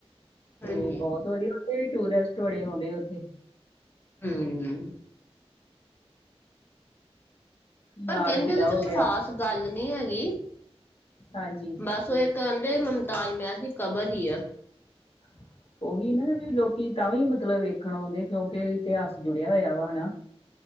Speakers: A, on the left (about 65°); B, on the left (about 20°).
A: ਤੇ
B: ਹਾਂਜੀ,
A: ਬੋਤ ਵਧੀਆ ਉੇਥੇ ਵੀ ਟੂਰਿਸਟ ਬੜੇ ਆਉਂਦੇ ਉੱਥੇ।
B: ਹੂੰ,
A: ਲਾਲ
B: ਪਰ ਕਹਿੰਦੇ
A: ਕਿਲ੍ਹਾ
B: ਉਹਦੇ ਚ
A: ਹੋ
B: ਕੋਈ
A: ਗਿਆ
B: ਖਾਸ ਗੱਲ ਨੀ ਹੈਗੀ।
A: ਹਾਂਜੀ,
B: ਬਸ ਉਹ ਇੱਕ ਕਹਿੰਦੇ ਮੁਮਤਾਜ ਮਹਿਲ ਦੀ ਕਬਰ ਈ ਆ।
A: <inaudible> ਉਹੀ ਨਾ ਵੀ ਲੋਕੀ ਤਾਂ ਵੀ ਮਤਲਬ ਵੇਖਣ ਆਉਂਦੇ ਕਿਉਂਕਿ ਇਤਿਹਾਸ ਜੁੜਿਆ ਹੋਇਆ ਵਾ ਹਨਾ।